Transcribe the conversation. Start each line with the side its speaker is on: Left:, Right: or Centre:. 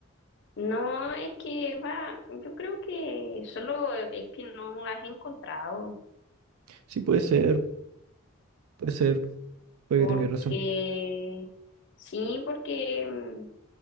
Left: No, es que va, yo creo que solo es que no las he encontrado,
Right: Sí, puede ser, puede ser, puede
Left: porque
Right: que tengas razón.
Left: sí, porque... mm,